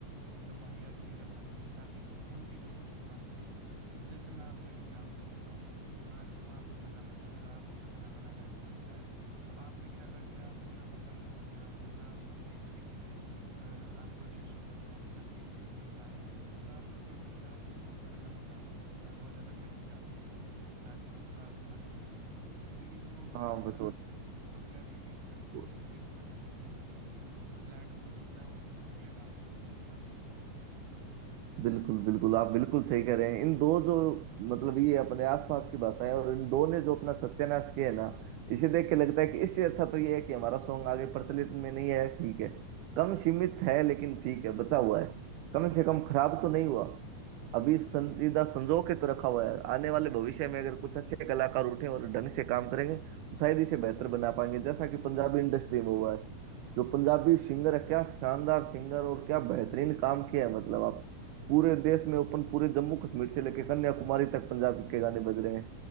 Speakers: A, on the right (about 65°); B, on the right (about 80°).
A: अ, मतलब वाहियात चीज़ें भर दी हैं ताकि उन चीज़ों को छुपा सके तो जैसे मैं आपको एक एग्जांपल देता हूँ मान लो आप खाना बना रहे हो आपको खाना बनाना नहीं आता है तो आपने क्या कर दिया आपको ना मसाले भुनने आते हैं ना आपको सही तरीके से अ, आपको रेशियो पता है हर चीज़ कितनी मिलानी है तो आप क्या कर दोगे लास्ट में बहुत सारा नमक डाल दोगे उसमें आप बहुत ज़्यादा मिर्च डाल दोगे ताकि वो थोड़ा खाने में सही लगे तो ये जो
B: हाँ
A: थोड़ा
B: बस
A: वल्गैरिटी है ना तो
B: वो
A: ये मिर्च मसाले की ही तरह है जो ब्लैंड फूड होता है उसमें तुम ये डाल दो उसको छुपाने के लिए
B: बिल्कुल बिल्कुल आप बिल्कुल सही कह रहे हैं इन दो जो मतलब ये अपने आसपास की भाषाएं और इन दो ने जो अपना सत्यानाश किया है ना इसे देख के लगता है कि इससे अच्छा तो ये है कि हमारा सॉन्ग आगे प्रचलित में नहीं आया ठीक है कम सीमित है लेकिन ठीक है बचा हुआ है कम से कम खराब तो नहीं हुआ अभी
A: जी जी
B: संजीदा संजो के तो रखा हुआ है आने वाले भविष्य में अगर कुछ अच्छे कलाकार उठे और ढंग से काम करेंगे तो शायद इसे बेहतर बना पाएंगे जैसा कि पंजाबी इंडस्ट्री में हुआ है जो पंजाबी सिंगर है क्या शानदार सिंगर और क्या बेहतरीन काम किया है मतलब आप पूरे देश में ओपन पूरे जम्मू कश्मीर से लेकर कन्याकुमारी तक पंजाब के गाने बज रहे हैं